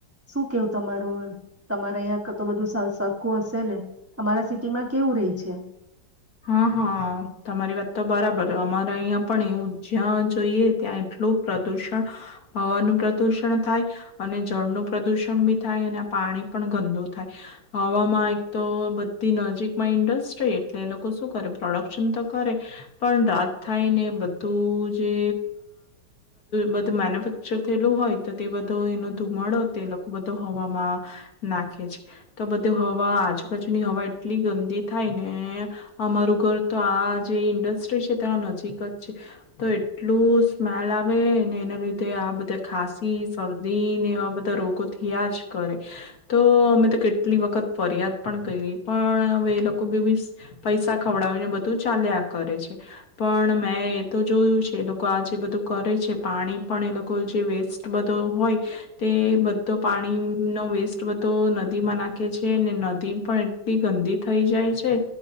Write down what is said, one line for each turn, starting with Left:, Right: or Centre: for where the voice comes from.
Right: શું કેવું તમારું તમારે અહં તો બધું સર લોકો હશે ને તમારા સિટી માં કેવું રહી છે
Left: હા હા તમારી વાત તો બરાબર અમારે અહીં પણ એવું જ્યાં જોઈએ ત્યાં એટલું પ્રદુષણ હવાનું પ્રદુષણ થાય અને જળનું પ્રદુષણ બી થાય અને પાણી પણ ગંદુ થાય હવામાં એક તો બધી નજીકમાં ઇન્ડસ્ટ્રી એટલે એ લોકો પ્રોડક્શન તો કરે પણ રાત થાયને બધું જે બધું મેન્યુફેક્ચર થયેલું હોય તો તે બધો એ ધુમાડો તે લોકો બધો હવામાં નાખે છે તો બધું હવા આજુબાજુની હવા એટલી ગંદી થાય ને અમારું ઘર તો આ જે ઇન્ડસ્ટ્રી છે ત્યાં નજીક જ છે તો એટલું સ્મેલ આવે એના લીધે આ બધા ખાંસી શરદી ને એવા બધા રોગોથી આયા જ કરે તો અમે તો કેટલી વખત ફરિયાદ પણ કરી પણ હવે એ લોકો બી પૈસા ખવડાવીને બધું ચાલ્યા કરે છે પણ મેં એ તો જોયું છે એ લોકો આ જે બધું કરે છે પાણી પણ એ લોકો જે વેસ્ટ બધો હોય તે બધો પાણીનો વેસ્ટ બધો નદીમાં નાખે છે ને નદી પણ એટલી ગંદી થઈ જાય